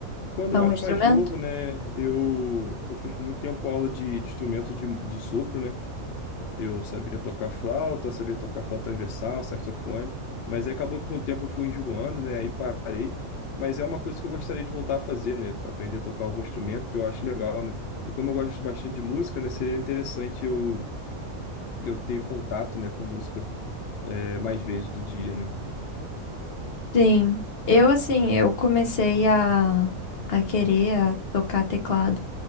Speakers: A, on the left (about 70°); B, on the left (about 50°).
A: Quando
B: Algum
A: eu era
B: instrumento?
A: mais novo, né, eu, eu fiz por muito tempo aula de, de instrumento de, de sopro, né? Eu sabia tocar flauta, eu sabia tocar flauta transversal, saxofone, mas aí acabou que com o tempo eu fui enjoando, né? Aí parei. Mas é uma coisa que eu gostaria de voltar a fazer, né? Aprender a tocar algum instrumento, porque eu acho legal, né? E como eu gosto bastante de música, né? Seria interessante eu, eu ter contato, né, com música, eh, mais vezes do dia, né?
B: Sim. Eu, assim, eu comecei a, a querer a tocar teclado